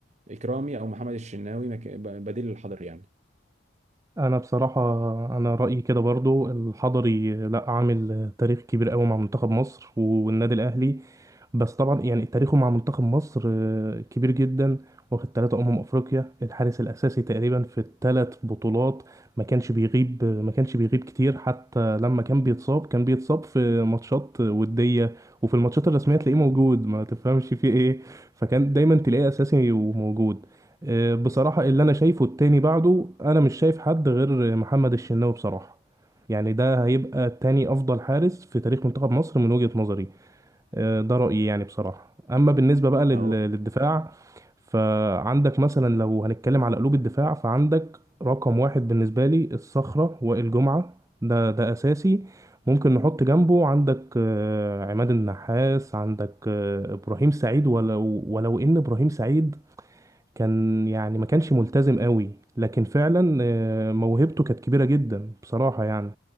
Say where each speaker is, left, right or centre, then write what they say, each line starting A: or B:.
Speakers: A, on the right; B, on the right.
A: إكرامي أو محمد الشناوي مك- بديل للحضري يعني
B: انا بصراحه انا رايي كده برضو الحضري لا عامل تاريخ كبير قوي مع منتخب مصر والنادي الاهلي بس طبعا يعني تاريخه مع منتخب مصر آه، كبير جدا واخد ثلاثة امم افريقيا الحارس الاساسي تقريبا في الثلاث بطولات ما كانش بيغيب ما كانش بيغيب كتير حتى لما كان بيتصاب كان بيتصاب في ماتشات وديه وفي الماتشات الرسميه تلاقيه موجود ما تفهمش فيه ايه فكان دايما تلاقيه اساسي وموجود آه، بصراحة اللي أنا شايفه التاني بعده أنا مش شايف حد غير محمد الشناوي بصراحة يعني ده هيبقى تاني أفضل حارس في تاريخ منتخب مصر من وجهة نظري آه، ده رأيي يعني بصراحة أما بالنسبة بقى لل-
A: اهو
B: للدفاع فعندك مثلا لو هنتكلم على قلوب الدفاع فعندك رقم واحد بالنسبة لي الصخرة وائل جمعة ده ده أساسي ممكن نحط جنبه عندك آه، عماد النحاس عندك آه، إبراهيم سعيد ولو ولو إن إبراهيم سعيد كان يعني ما كانش ملتزم قوي لكن فعلا آه، موهبته كانت كبيرة جدا بصراحة يعني